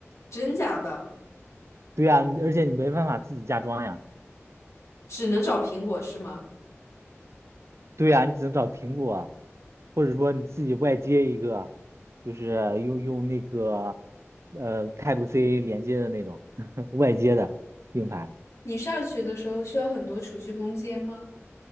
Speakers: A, on the left; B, on the right.
A: 真假的？
B: 对呀，而且你没办法自己加装呀。
A: 只能找苹果是吗？
B: 对呀，你只能找苹果啊或者说你自己外接一个，就是用用那个呃 Type C 连接的那种 <laughs> 外接的硬盘。
A: 你上学的时候需要很多储蓄空间吗？